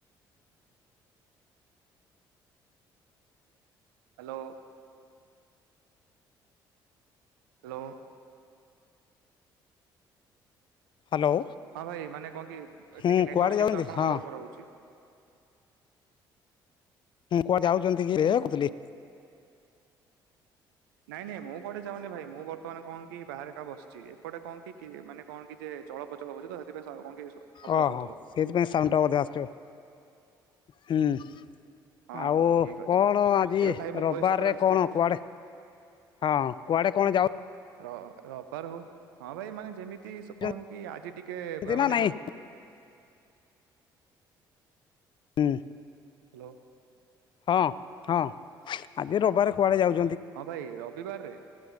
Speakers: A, on the right (about 80°); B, on the left (about 45°).
A: ହାଲୋ। ହାଲୋ।
B: ହ୍ୟାଲୋ
A: ହଁ ଭାଇ ମାନେ କଣ କି
B: ହୁଁ
A: ଟିକେ ନେଟୱାର୍କ
B: କୁଆଡ଼େ ଯାଉଛନ୍ତି
A: ଇସୁ ଆପଣଙ୍କର
B: ହଁ
A: ରହୁଚି।
B: ମୁଁ କୁଆ ଯାଉଚନ୍ତି କି ଏଇଆ କହୁଥିଲି।
A: ନାଇଁ ନାଇଁ ମୁଁ କୁଆଡେ ଯାଉନି ଭାଇ, ମୁଁ ବର୍ତ୍ତମାନ କଣ କି ବାହାରେ ଏକା ବସଚି। ଏପଟେ କଣ କି କି ମାନେ କଣ କି ଯେ ଏ ଚଳପ୍ରଚଳ ହଉଚି ତ ସେଥିପାଇଁ ସା କଣ କି? ଶ- ଶବ୍ଦ
B: ଅହୋ
A: ହଉଥିବ
B: ସେଇଥିପାଇଁ ସାଉଣ୍ଡଟା ବଧେ ଆସଚ ହୁଁ।
A: ହଁ
B: ଆଉ
A: ହଁ ଠିକ ଅଛି
B: କଣ ଆଜି
A: ଏବେ ଭାଇ ମୋ
B: ରବବାରରେ
A: ଭଏସ ପୁରା
B: କଣ
A: ଠିକ
B: କୁଆଡେ? ହଁ କୁଆଡେ କଣ ଯାଉ
A: ର ରବବାର ହଉ ହଁ ଭାଇ ମାନେ ଯେମିତି
B: ଯାଉଛନ୍ତି
A: ସ କଣ କି ଆଜି ଟିକେ ବେ
B: ନା
A: ମାନେ
B: ନାଇଁ
A: କଣ?
B: ଉଁ।
A: ହାଲୋ।
B: ହଁ ହଁ ଆଜି ରବାରେ କୁଆଡେ ଯାଉ
A: ହଁ ଭାଇ ରବିବାରରେ